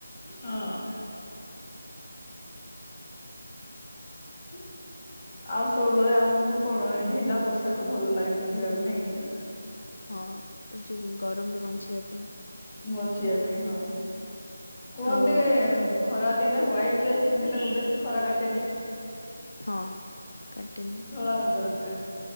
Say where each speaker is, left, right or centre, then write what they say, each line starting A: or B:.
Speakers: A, on the left (about 25°); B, on the left (about 65°).
A: ହଁ। <inaudible> ଆଉ ସବୁବେଳେ ଆମକୁ ଆପଣ ଏ ଢିଲା ପୋଷାକ ଭଲ ଲାଗେ ପିନ୍ଧିବାକୁ ନାଇଁ କି?
B: ହଁ ଯୋଉ ଗରମରୁ ବଞ୍ଚିବା ପାଇଁ।
A: ବଞ୍ଚିବା ପାଇଁ ହଁ, କୁହନ୍ତି
B: ଆଉ
A: ଖରା ଦିନେ ହ୍ୱାଇଟ୍ ଡ୍ରେସ୍ ପିନ୍ଧିଲେ ବେଶୀ ଖରା କାଟେନି।
B: ହଁ, କାଟେନି।
A: ଧଳା ରଙ୍ଗର ଡ୍ରେସ୍।